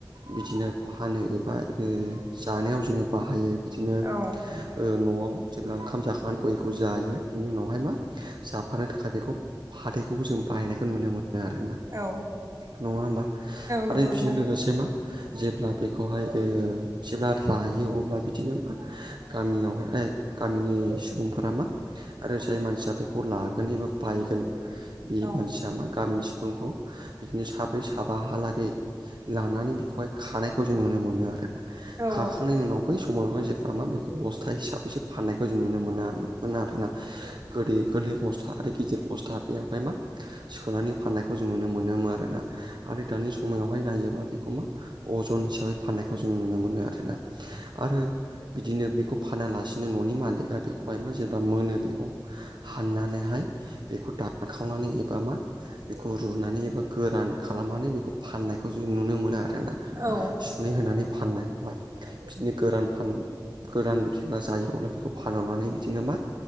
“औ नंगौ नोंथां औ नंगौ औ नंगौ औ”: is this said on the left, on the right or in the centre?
Right